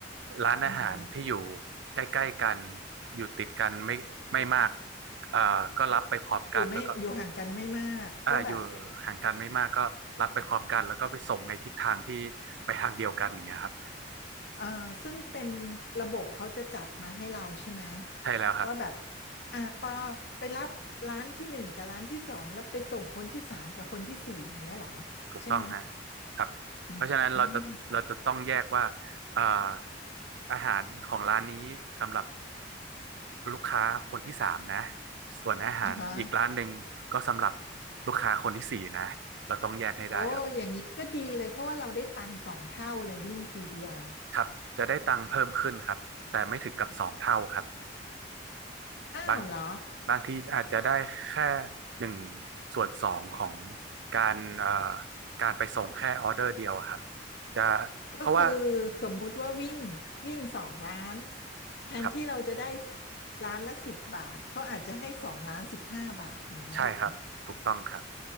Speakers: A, on the right; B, on the left.
A: ร้านอาหารที่อยู่
B: อ่าฮะ
A: ใกล้ๆกันอยู่ติดกันไม่ไม่มากอ่าก็รับไปพร้อมกันแล้วก็
B: อยู่ไม่อยู่ห่างกันไม่มากก็แบบ
A: อ่าอยู่ห่างกันไม่มากก็รับไปพร้อมกันแล้วก็ไปส่งในทิศทางที่ไปทางเดียวกันอย่างเงี้ยครับ
B: เอ่อซึ่งเป็นระบบเขาจะจัดมาให้เราใช่ไหม
A: ใช่แล้วครับ
B: ว่าแบบอ่ะปอไปรับร้านที่หนึ่งกับร้านที่สองแล้วไปส่งคนที่สามกับคนที่สี่อย่างเงี้ยเหรอ
A: ถูกต้องฮะ
B: ใช่ไหม
A: ครับ
B: อืมอืม
A: เพราะฉะนั้นเราจะเราจะต้องแยกว่าอ่าอาหารของร้านนี้สำหรับลูกค้าคนที่สามนะ ส่วนอาหารอีกร้านหนึ่งก็สำหรับ
B: อ่ะฮะ
A: ลูกค้าคนที่สี่นะ เราต้องแยกให้ได้ครับ
B: โอ้อย่างนี้ก็ดีเลยเพราะว่าเราได้ตังค์สองเท่าเลยวิ่งทีเดียว
A: ครับ จะได้ตังค์เพิ่มขึ้นครับ แต่ไม่ถึงกับสองเท่าครับ
B: อ้าวเหรอ
A: บางบางทีอาจจะได้แค่หนึ่งส่วนสองของการเอ่อการไปส่งแค่ออเดอร์เดียวอะครับจะ
B: ก็คือ
A: เพราะว่า
B: สมมุติว่าวิ่งวิ่งสองล้านแทนที่เราจะได้
A: ครับ
B: ล้านละสิบบาทเขาอาจจะให้สองล้านสิบห้าบาทอย่างเงี้ยเหรอ
A: ใช่ครับถูกต้องครับ